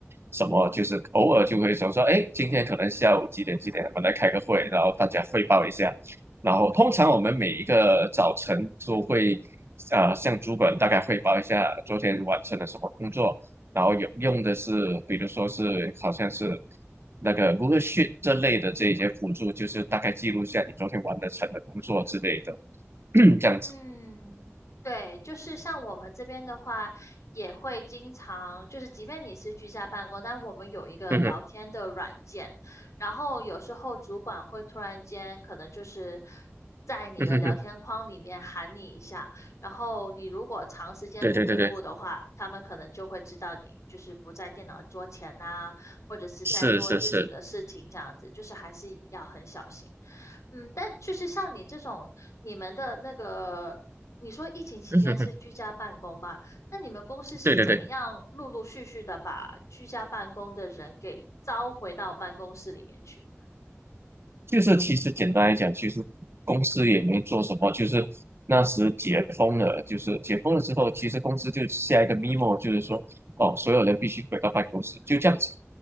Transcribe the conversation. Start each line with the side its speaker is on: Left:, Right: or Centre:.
Right: 什么，就是偶尔就会说说，哎，今天可能下午几点几点我们来开个会，然后大家汇报一下。然后通常我们每一个早晨都会，呃，向主管大概汇报一下昨天完成了什么工作，然后有用的是，比如说是好像是那个 Google Sheet 这类的这一些辅助，就是大概记录一下你昨天完的成的工作之类的。<clears throat> 这样子。
Left: 嗯，对，就是像我们这边的话，也会经常，就是即便你是居家办公，但我们有一个聊天的软件，
Right: 嗯哼，
Left: 然后有时候主管会突然间可能就是在你的聊天框里面喊你一下，
Right: 嗯哼哼，
Left: 然后你如果长时间不回复的话，
Right: 对对对对，
Left: 他们可能就会知道你就是不在电脑桌前呐，或者是在做自己的事情这样子，
Right: 是是是，
Left: 就是还是要很小心。嗯，但就是像你这种，你们的那个，你说疫情期间是居家办公嘛？
Right: 嗯哼哼，
Left: 那你们公司是怎么样陆陆续续的把居家办公的人给招回到办公室里面去？
Right: 对对对，就是其实简单来讲，其实公司也没做什么，就是那时解封了，就是解封了之后，其实公司就下一个 memo，就是说哦，所有人必须回到办公室，就这样子。